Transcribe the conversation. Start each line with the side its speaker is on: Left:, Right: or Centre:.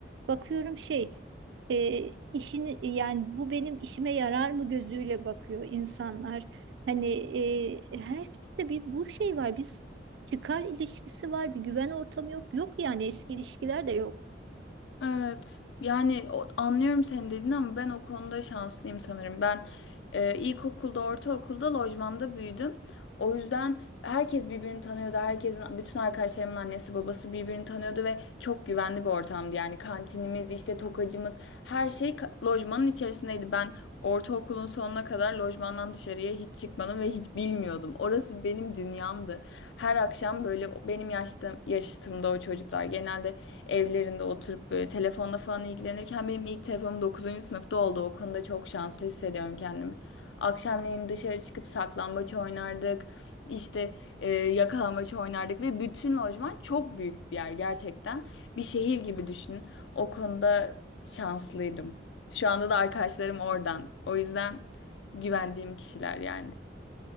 Right: Bakıyorum şey, e, işini yani bu benim işime yarar mı gözüyle bakıyor insanlar. Hani e, herkeste bir bu şey var, bir çıkar ilişkisi var, bir güven ortamı yok. Yok yani eski ilişkiler de yok.
Left: Evet. Yani o- anlıyorum senin dediğini ama ben o konuda şanslıyım sanırım. Ben e, ilkokulda, ortaokulda lojmanda büyüdüm. O yüzden herkes birbirini tanıyordu. Herkesin, bütün arkadaşlarımın annesi babası birbirini tanıyordu ve çok güvenli bir ortamdı. Yani kantinimiz, işte tokacımız, her şey ka- lojmanın içerisindeydi. Ben ortaokulun sonuna kadar lojmandan dışarıya hiç çıkmadım ve hiç bilmiyordum. Orası benim dünyamdı. Her akşam böyle benim yaştım, yaşıtımda o çocuklar genelde evlerinde oturup böyle telefonla falan ilgilenirken benim ilk telefonum dokuzuncu sınıfta oldu. O konuda çok şanslı hissediyorum kendimi. Akşamleyin dışarı çıkıp saklambaç oynardık. İşte e, yakalambaç oynardık ve bütün lojman çok büyük bir yer gerçekten. Bir şehir gibi düşünün. O konuda şanslıydım. Şu anda da arkadaşlarım oradan. O yüzden güvendiğim kişiler yani.